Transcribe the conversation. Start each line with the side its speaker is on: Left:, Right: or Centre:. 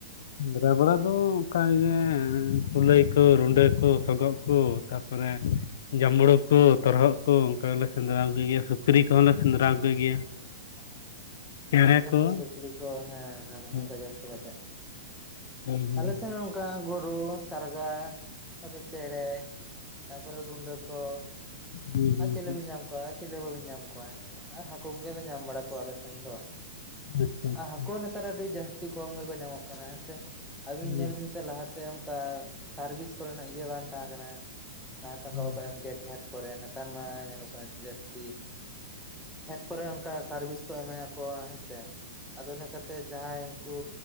Left: ᱥᱮᱸᱫᱽᱨᱟ ᱵᱟᱲᱟ ᱫᱚ ᱚᱱᱠᱟ ᱜᱮ ᱮᱸ ᱠᱩᱞᱟᱹᱭ ᱠᱚ ᱨᱩᱱᱰᱟᱹ ᱠᱚ ᱥᱚᱜᱚᱜᱼᱼ ᱠᱩ
Centre: ᱟᱪᱪᱷᱟ
Left: ᱛᱟᱨᱯᱚᱨᱮ
Centre: ᱟᱪᱪᱷᱟ
Left: ᱡᱟᱢᱵᱽᱲᱩ ᱠᱩ ᱛᱚᱨᱦᱚᱜ ᱠᱩ ᱚᱱᱠᱟ ᱞᱮ ᱥᱮᱸᱫᱽᱨᱟ ᱜᱮᱭᱟ ᱥᱩᱠᱼᱼ ᱥᱩᱠᱨᱤ ᱠᱚᱦᱚᱸᱞ ᱞᱮ ᱥᱮᱸᱫᱽᱨᱟ ᱠᱚ ᱜᱮᱭᱟ᱾
Centre: ᱚ
Left: ᱪᱮᱬᱮ
Centre: ᱟᱯᱮ ᱥᱮᱱ
Left: ᱠᱚ
Centre: ᱢᱟ ᱥᱩᱠᱨᱤ ᱠᱚ ᱦᱮᱸ ᱧᱟᱢᱚᱜ
Left: ᱦᱩᱸ
Centre: ᱜᱮᱭᱟ ᱠᱚ ᱡᱟᱹᱥᱛᱤ ᱠᱟᱛᱮᱜ᱾
Left: ᱦᱩᱸ ᱦᱩᱸ
Centre: ᱟᱞᱮ ᱥᱮᱱ ᱚᱝᱠᱟ ᱜᱩᱰᱩ ᱥᱟᱨᱜᱟ ᱛᱟᱯᱚᱨᱮ ᱪᱮᱬᱮ ᱛᱟᱯᱚᱨᱮ ᱨᱩᱱᱰᱟᱹ ᱠᱚ᱾
Left: ᱦᱩᱸ ᱦᱩᱸ
Centre: ᱟᱨ ᱪᱤᱞᱤ
Left: ᱦᱩᱸ
Centre: ᱵᱤᱱ ᱧᱟᱢ ᱠᱚᱣᱟ ᱟᱨ ᱪᱤᱞᱤ ᱦᱚᱸ ᱵᱟᱹᱵᱤᱱ ᱧᱟᱢ ᱠᱚᱣᱟ ᱦᱮᱸ ᱥᱮ ᱟᱨ ᱦᱟᱠᱚ ᱠᱚᱜᱮ ᱞᱮ ᱧᱟᱢ ᱵᱟᱲᱟ ᱠᱚᱣᱟ ᱟᱞᱮ ᱥᱮᱱ ᱫᱚ᱾
Left: ᱟᱪᱪᱷᱟ ᱟᱪᱪᱷᱟ
Centre: ᱟᱨ ᱦᱟᱠᱚ ᱱᱮᱛᱟᱨ ᱟᱹᱰᱤ ᱡᱟᱹᱥᱛᱤ ᱠᱚᱢ ᱜᱮᱠᱚ ᱧᱟᱢᱚᱜ ᱠᱟᱱᱟ ᱦᱮᱸ ᱥᱮ ᱟᱹᱵᱤᱱ
Left: ᱦᱩᱸ
Centre: ᱧᱮᱞ ᱵᱤᱱ ᱥᱮ ᱞᱟᱦᱟᱼᱼ ᱛᱮ ᱚᱱᱠᱟ ᱥᱟᱨᱵᱤᱥ ᱠᱚᱨᱮ ᱱᱟᱜ ᱤᱭᱟᱹ ᱵᱟᱝ ᱛᱟᱦᱮᱸ ᱠᱟᱱᱟ, ᱞᱟᱦᱟ ᱛᱮ ᱚᱱᱠᱟ
Left: ᱦᱩᱸ ᱦᱩᱸ
Centre: ᱵᱟᱠᱚ ᱮᱢ ᱠᱮᱭᱟ ᱠᱷᱮᱛ ᱠᱚᱨᱮ ᱱᱮᱛᱟᱨ ᱢᱟ ᱧᱮᱞᱚᱜ ᱠᱟᱱᱟ ᱡᱟᱹᱥᱛᱤ᱾ ᱠᱷᱮᱛ ᱠᱚᱨᱮ ᱚᱱᱠᱟ ᱥᱟᱨᱵᱤᱥ ᱠᱚ ᱮᱢᱮᱭᱟ ᱠᱚ ᱦᱮᱸ ᱥᱮ᱾ ᱟᱫᱚ ᱤᱱᱟᱹ ᱠᱟᱛᱮ ᱡᱟᱦᱟᱸᱭ ᱩᱱᱠᱩᱼᱼ